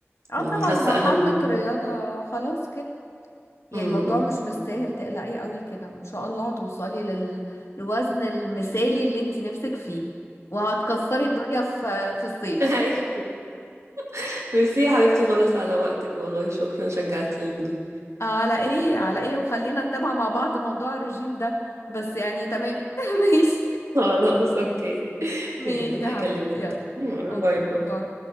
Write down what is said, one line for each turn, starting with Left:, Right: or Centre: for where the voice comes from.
Left: اه
Right: يعني
Left: طبعا
Right: حاسة
Left: ومع حبة
Right: اهم
Left: رياضة خلاص كده يعني
Right: امم
Left: الموضوع مش مستاهل تقلقي قوي كده وان شاء الله هتوصلي لل... للوزن المثالي اللي انت نفسك فيه وهتكسري الدنيا في في الصيف
Right: <laughs> هاي <laughs> ميرسي يا حبيبتي خالص على وقتك والله شكرا شجعتيني
Left: على ايه على ايه وخلينا نتابع مع بعض موضوع الرجيم ده بس يعني تمام <laughs> ماشي
Right: خلاص اوكي <laughs>
Left: ماشي
Right: يلا
Left: يا
Right: هكلمك
Left: حبيبتي يلا اوكي
Right: باي باي
Left: باي